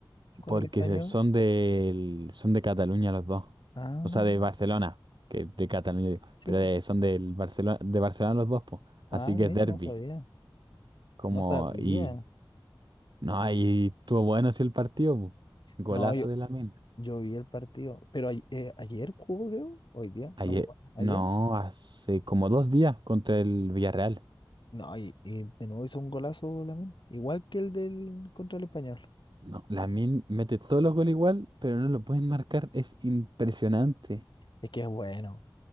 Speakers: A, on the left; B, on the right.
A: con
B: porque
A: el español?
B: son del, son de Cataluña los dos.
A: Ah,
B: O sea, de Barcelona, que de Cataluña digo,
A: sí,
B: pero
A: pues.
B: de- son del Barcelona, de Barcelona los dos, pues. Así
A: Ah,
B: que
A: mira,
B: es Derby.
A: no sabía.
B: Como,
A: No sabía.
B: y no, ahí estuvo bueno sí el partido, po. Golazo
A: No, yo,
B: de Lamine.
A: yo vi el partido. Pero ay- eh, ayer jugó, creo. Hoy día,
B: Ayer,
A: no me acuerdo. ¿Ayer?
B: no, hace como dos días contra el Villarreal.
A: No, y, y de nuevo hizo un golazo Lamine. Igual que el del contra el español.
B: No, Lamine mete todos los goles igual, pero no lo pueden marcar. Es impresionante.
A: Es que es bueno,